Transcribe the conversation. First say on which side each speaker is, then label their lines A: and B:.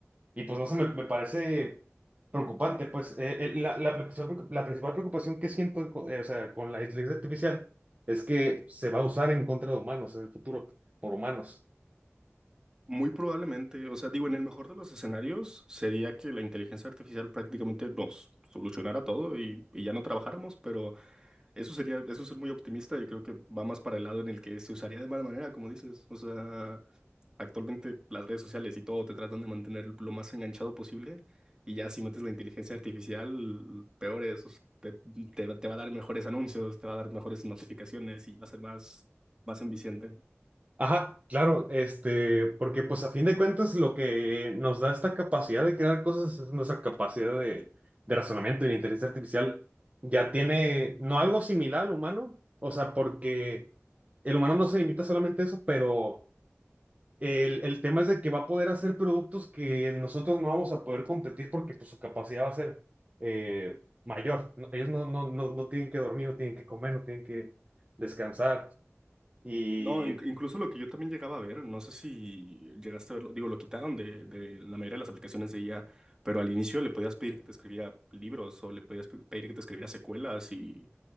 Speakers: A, on the right (about 30°); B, on the right (about 15°).
A: Y pues no sé, me, me parece preocupante, pues. Eh, eh, la, la, preocupación- la principal preocupación que siento, co- eh, o sea, con la inteligencia artificial es que se va a usar en contra de humanos en el futuro, por humanos.
B: Muy probablemente, o sea, digo, en el mejor de los escenarios sería que la inteligencia artificial prácticamente nos solucionara todo y, y ya no trabajáramos, pero eso sería, eso es ser muy optimista y creo que va más para el lado en el que se usaría de mala manera, como dices. O sea, actualmente las redes sociales y todo te tratan de mantener lo más enganchado posible y ya si metes la inteligencia artificial, peor es, o sea, te, te, te va a dar mejores anuncios, te va a dar mejores notificaciones y va a ser más, más enviciante.
A: Ajá, claro, este, porque pues a fin de cuentas lo que nos da esta capacidad de crear cosas es nuestra capacidad de, de razonamiento y la inteligencia artificial ya tiene, no algo similar al humano, o sea, porque el humano no se limita solamente a eso, pero el, el tema es de que va a poder hacer productos que nosotros no vamos a poder competir porque pues su capacidad va a ser eh, mayor. No, ellos no, no, no, no tienen que dormir, no tienen que comer, no tienen que descansar y,
B: No, inc- incluso lo que yo también llegaba a ver, no sé si llegaste a verlo, digo, lo quitaron de, de la mayoría de las aplicaciones de IA, pero al inicio le podías pedir que te escribiera libros o le podías pe- pedir que te escribiera secuelas y,